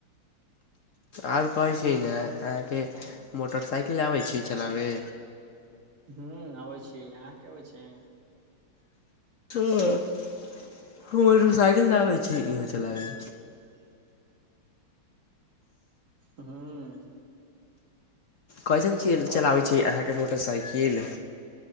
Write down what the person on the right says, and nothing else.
हुँ अबै छी अहाँक आहाँकेँ अबै छै
हुँ
आओर
बतै